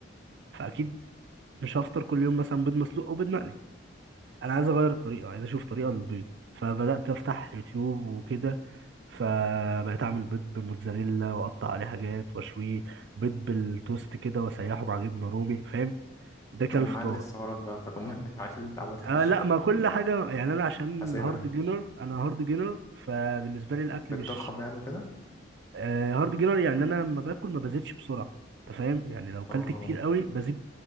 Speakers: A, on the right (about 60°); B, on the left (about 15°).
A: فاكيد مش هفطر كل يوم مثلا بيض مسلوق او بيض مقلي انا عايز اغير الطريقه عايز اشوف طريقه للبيض فبدات افتح يوتيوب وكده فبقيت اعمل بيض بالموتزاريلا واقطع عليه حاجات واشويه بيض بالتوست كده واسيحه مع جبنه رومي فاهم ده كان
B: تقوم
A: الفطار
B: معلي السعرات بقى فتقوم معلي اللي أنت عملته
A: آه
B: في الجيم
A: لا ما كل حاجه يعني انا عشان
B: حاسبها
A: هارد جينر انا هارد جينر فبالنسبه لي الاكل
B: بتضخم
A: مش
B: يعني وكده
A: آه، هارد جينر يعني انا لما باكل ما بزيدش بسرعه انت فاهم يعني لو كلت
B: اه
A: كتير قوي بزيد